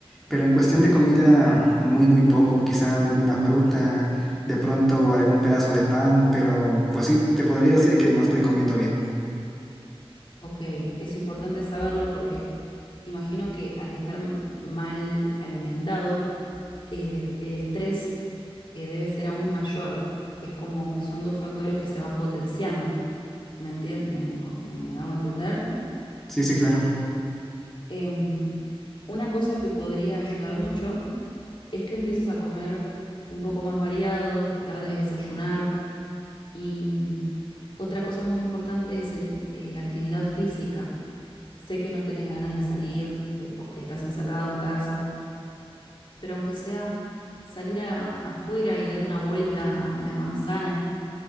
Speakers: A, in the centre; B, on the left (about 55°).
A: Pero en cuestión
B: Ujú.
A: de comida, muy, muy poco. Quizá alguna fruta, de pronto algún pedazo de pan, pero pues sí, te podría decir que no estoy comiendo bien.
B: Ok, es importante saberlo porque imagino que al estar m- mal alimentado, eh, el estrés eh, debe ser aún mayor. Es como que son dos factores que se van potenciando. ¿Me entien- me, co- me hago entender?
A: Sí, sí, claro.
B: Em, una cosa que podría ayudar mucho es que empieces a comer un poco más variado, tratar de desayunar. Y mm, otra cosa muy importante es el- eh, la actividad física. Sé que no tenés ganas de salir, que estás encerrado en casa, pero aunque sea salir a- afuera y dar una vuelta a la manzana,